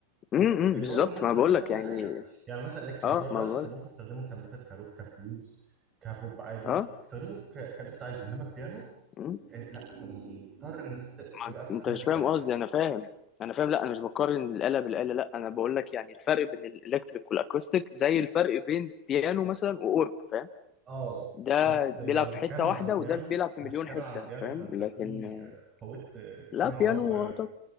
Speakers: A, on the left; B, on the right.
A: امم
B: الاورج
A: بالظبط
B: ممكن
A: ما
B: تستخدمه
A: بقولك
B: في كذا
A: يعني
B: حاجه يعني مثلا الكتريك
A: اه
B: جيتار ده
A: ما بقولك
B: انت ممكن تستخدمه كميتال كروك كبلوز كبوب عادي
A: اه
B: تستخدمه ك- كاللي انت عايزه انما البيانو
A: مم.
B: آه، لا انت مضطر ان انت ت-
A: ما
B: تبقى في
A: انت
B: كلاسيكال
A: مش فاهم قصدي انا فاهم انا فاهم لا انا مش بقارن الآلة بالآلة لا انا بقولك يعني الفرق بين الالكتريك والاكوستيك زي الفرق بين بيانو مثلا واورج فاهم
B: اه
A: ده
B: بس
A: بيلعب
B: لو هتتكلم
A: في حتة واحدة
B: على البيانو
A: وده بيلعب في مليون
B: هتتكلم
A: حتة
B: على البيانو
A: فاهم
B: فانت
A: لكن
B: في
A: آه،
B: آه، فوت آه، اتنين
A: لا
B: عمالقه
A: بيانو
B: يعني